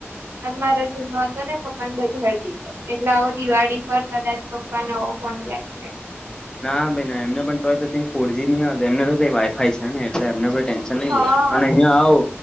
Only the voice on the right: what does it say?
અન મારો જૂનો હતોને પપ્પાન બજાળ દી એટલે અવ દિવાળી પર કદાચ પપ્પા નવો ફોન લેશે.
હા.